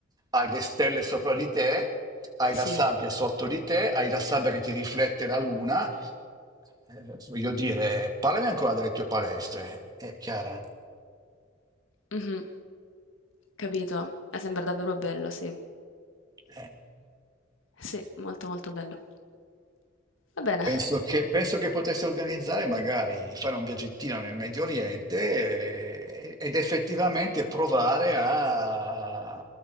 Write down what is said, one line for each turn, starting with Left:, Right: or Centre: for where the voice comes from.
Right: Hai le stelle sopra di te, hai la
Left: sì,
Right: sabbia sotto di te, hai la sabbia che ti riflette la luna. Eh, voglio dire, parlami ancora delle tue palestre, eh, Chiara.
Left: mhm, capito, Eh, sembra davvero bello, sì.
Right: Eh.
Left: Sì, molto molto bello. Va bene,
Right: Penso che, penso che potessi organizzare magari fare un viaggettino nel Medio Oriente eh, ed effettivamente provare a-